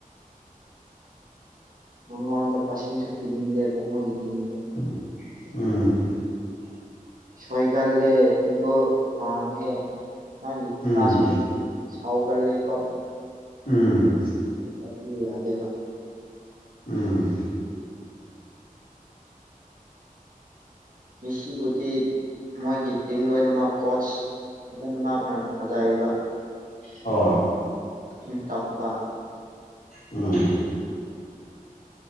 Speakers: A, on the right; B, on the left.
A: ꯃꯉꯣꯟꯗ ꯄꯥꯁꯤꯡꯁꯨ ꯄꯤꯅꯤꯡꯗꯦꯕ ꯃꯣꯏꯒꯤ ꯇꯤꯝꯗꯣ
B: ꯎꯝ ꯎꯝ
A: ꯁꯣꯏꯒꯜꯂꯦ ꯏꯒꯣ ꯋꯥꯉꯦ ꯃꯥꯒꯤ
B: ꯎꯝ
A: ꯄꯥꯁ ꯄꯤ <unintelligible> ꯁꯥꯎꯒꯜꯂꯦ ꯀꯣ
B: ꯎꯝ
A: ꯀꯟꯕꯤꯌꯨ ꯌꯥꯗꯦꯕ
B: ꯎꯝ
A: ꯃꯤꯁꯤꯕꯨꯗꯤ ꯃꯣꯏꯒꯤ ꯇꯤꯝ ꯂꯣꯏꯅꯃꯛ ꯀꯣꯁ ꯂꯣꯏꯅꯃꯛꯅ ꯊꯥꯖꯩꯕ
B: ꯑꯣ
A: ꯏꯪ ꯇꯞꯄꯥ
B: ꯎꯝ